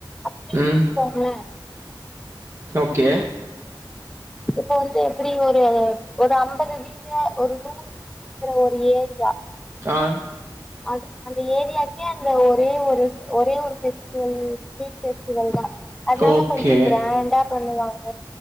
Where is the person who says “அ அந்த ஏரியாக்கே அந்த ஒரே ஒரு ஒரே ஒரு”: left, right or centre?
Centre